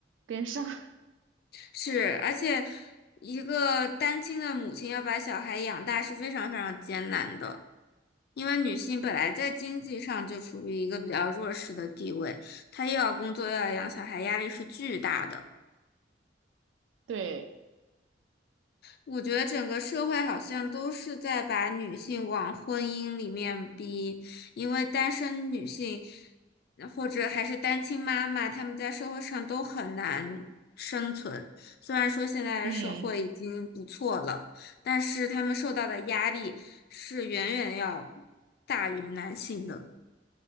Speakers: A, on the right; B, on the left.
A: 跟上。<laughs>
B: 是，而且一个单亲的母亲要把小孩养大是非常非常艰难的，因为女性本来在经济上就处于一个比较弱势的地位，她又要工作又要养小孩，压力是巨大的。
A: 对，
B: 我觉得整个社会好像都是在把女性往婚姻里面逼，因为单身女性或者还是单亲妈妈，她们在社会上都很难生存。虽然说现在的社会已经不错了，
A: 嗯
B: 但是她们受到的压力是远远要大于男性的。